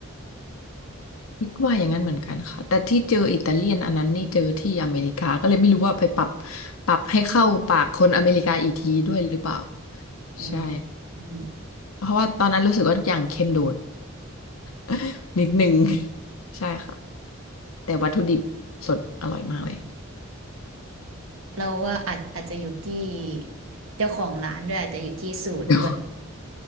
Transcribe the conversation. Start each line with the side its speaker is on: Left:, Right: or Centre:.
Left: คิดว่าอย่างนั้นเหมือนกันค่ะแต่ที่เจออิตาเลียนอันนั้นนี่เจอที่อเมริกาก็เลยไม่รู้ว่าไปปรับปรับให้เข้าปากคนอเมริกาอีกทีด้วยหรือเปล่า
Right: อืม
Left: ใช่
Right: อืม
Left: เพราะว่าตอนนั้นรู้สึกว่าทุกอย่างเค็มโดด <laughs> นิดนึง <laughs> ใช่ค่ะแต่วัตถุดิบสดอร่อยมากเลย
Right: เราว่าอาจอาจจะอยู่ที่เจ้าของร้านด้วยอาจจะอยู่ที่สูตรด้วย
Left: <laughs>